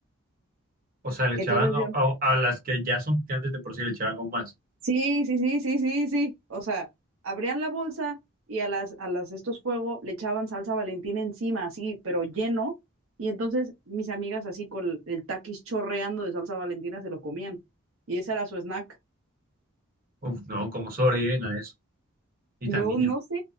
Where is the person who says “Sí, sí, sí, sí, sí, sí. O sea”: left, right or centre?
Right